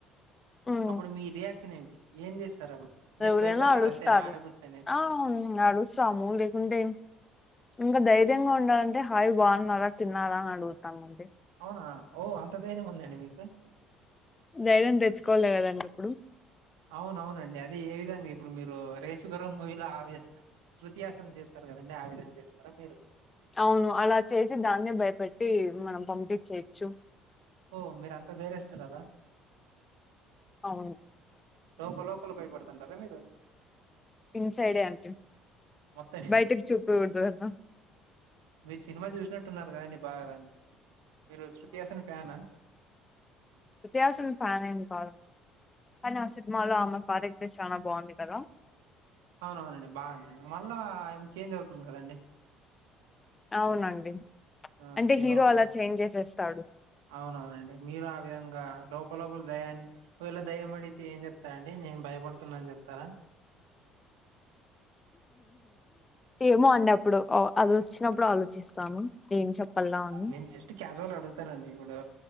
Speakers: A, on the left (about 20°); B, on the right (about 80°).
A: ఉమ్
B: అప్పుడు మీ రియాక్షన్ ఏంటి ఏం చేస్తారు అప్పుడు జస్ట్
A: ఎవరైనా
B: భయపడతారు
A: అరుస్తారు
B: అంతేనా ఆడ కూర్చొని
A: ఆ అరుస్తాము లేకుంటే ఇంకా ధైర్యంగా ఉండాలంటే హాయ్ బాగున్నారా తిన్నారా అడుగుతామండి
B: అవునా ఓ అంత ధైర్యం ఉందండి మీకు
A: ధైర్యం తెచ్చుకోవాలి కదండీ అప్పుడు
B: అవునవునండి అదే ఏ విధంగా ఇప్పుడు మీరు రేసుగుర్రం మూవీలో ఆవె శృతిహాసన్ చేస్తారు కదండి ఆ విధంగా చేస్తారా మీరు
A: అవును అలా చేసి దాన్నే భయపెట్టి మనం పంపిచేయచ్చు
B: ఓ మీరు అంతా ధైర్యస్తురాల
A: అవును
B: లోపల లోపల భయపడుతుంటారా మీరు
A: ఇన్ సైడే అంటే
B: మొత్తం
A: బయటికి చూపియకూడదు కదా
B: మీరు సినిమా చూసినట్టున్నారు కదండి బాగా దాన్ని మీరు శృతిహాసన్ ఫ్యానా
A: శృతిహాసన్ ఫ్యాన్ ఏం కాదు కానీ ఆ సినీ మాలో ఆమె కార్యెక్టర్ చానా బాగుంది కదా
B: అవునవునండి బాగుందండి మళ్ళీ ఆమె చేంజ్ అవుతుంది కదండి
A: అవునండి
B: ఆ
A: అంటే హీరో
B: వల్ల
A: అలా చేంజ్ చేసేస్తాడు
B: అవునవునండి మీరు ఆ విధంగా లోపల లోపల దయాన్ని ఒకవేళ దయ్యం అడిగితే ఏం చెప్తారండి నేను భయపడుతున్నా అని చెప్తారా
A: ఏమో అండి అప్పుడు అది వచ్చినప్పుడు ఆలోచిస్తాను ఏం చెప్పాలా అని
B: నేను జస్ట్ క్యాజువల్‌గా అడుగుతానండి ఇప్పుడు